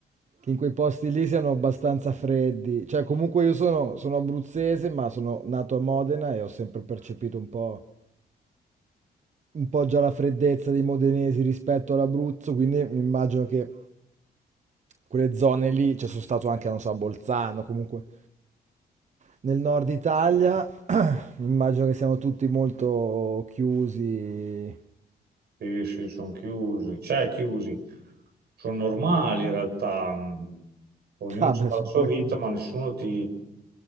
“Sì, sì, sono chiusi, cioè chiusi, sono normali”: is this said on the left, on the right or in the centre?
Right